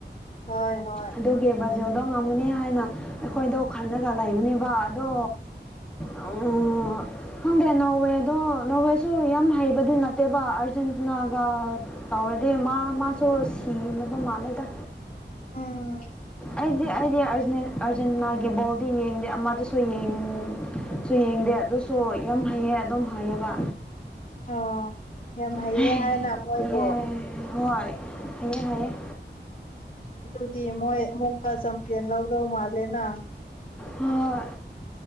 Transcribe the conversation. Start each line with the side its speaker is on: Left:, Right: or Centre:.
Left: ꯍꯣꯏ ꯍꯣꯏ
Centre: ꯑꯗꯨꯒꯤ ꯕ꯭ꯔ ꯄꯖꯦꯜꯗꯣ ꯉꯝꯒꯅꯤ ꯍꯥꯏꯅ ꯑꯩꯈꯣꯏꯗꯣ ꯈꯟꯅꯂꯒ ꯂꯩꯕꯅꯦꯕ ꯑꯗꯣ ꯑꯣ ꯍꯒꯦ ꯅꯋꯦ ꯑꯗꯣ ꯅꯣꯔꯋꯦꯁꯨ ꯌꯥꯝ ꯍꯩꯕꯗꯤ ꯅꯠꯇꯦꯕ ꯑꯥꯔꯖꯦꯟꯇꯤꯅꯥꯒ ꯇꯧꯔꯗꯤ ꯃꯥ ꯃꯥꯁꯨ ꯁꯣ ꯁꯤꯅꯕ ꯃꯥꯥꯟꯂꯦꯗ
Left: ꯑ
Centre: ꯑꯩꯗꯤ ꯑꯩꯗꯤ ꯑꯥꯔꯖꯅꯥꯒꯤ ꯕꯣꯜꯗꯤ ꯌꯦꯡꯗꯦ ꯑꯃꯠꯇꯁꯨ ꯌꯦꯡ ꯁꯨ ꯌꯦꯡꯗꯦ ꯑꯗꯨꯁꯨ ꯌꯥꯝ ꯍꯩꯌꯦ ꯑꯗꯨꯝ ꯍꯥꯏꯌꯦꯕ
Left: ꯑꯣ ꯌꯥꯝ ꯍꯩꯌꯦ
Centre: ꯀꯤꯌꯦ
Left: ꯍꯥꯏꯅ ꯃꯣꯏꯕꯨ
Centre: ꯍꯣꯏ ꯍꯦ ꯍꯥꯏꯌꯦꯦ
Left: ꯑꯗꯨꯗꯤ ꯃꯣꯏ ꯑꯃꯨꯛꯀ ꯆꯝꯄꯤꯌꯟ ꯂꯧꯗꯧ ꯃꯥꯜꯂꯦꯅ
Centre: ꯍꯣꯏ